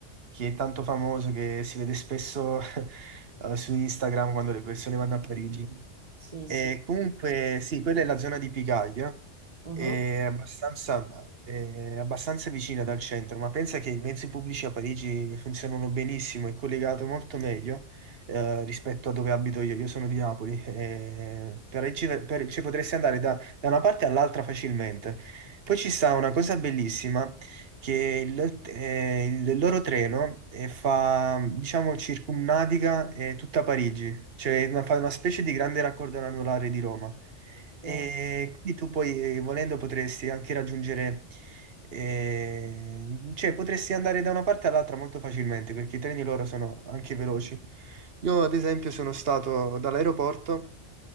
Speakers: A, on the right; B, on the right.
A: che è tanto famoso, che si vede spesso <laughs> eh, su Instagram quando le persone vanno a Parigi.
B: Sì, sì.
A: E comunque sì, quella è la zona di Picaglia,
B: Mhm,
A: è abbastanza, è abbastanza vicina dal centro, ma pensa che i mezzi pubblici a Parigi funzionano benissimo, è collegato molto meglio eh, rispetto a dove abito io. Io sono di Napoli, e Parigi- per- ci potresti andare da da una parte all'altra facilmente. Poi ci sta una cosa bellissima, che il, eh, il loro treno eh, fa, diciamo, circumnaviga eh, tutta Parigi, cioè una- fa una specie di grande raccordo anulare di Roma. E
B: sì.
A: quindi tu poi, eh, volendo, potresti anche raggiungere, eh, cioè potresti andare da una parte all'altra molto facilmente, perché i treni loro sono anche veloci. Io, ad esempio, sono stato dall'aeroporto.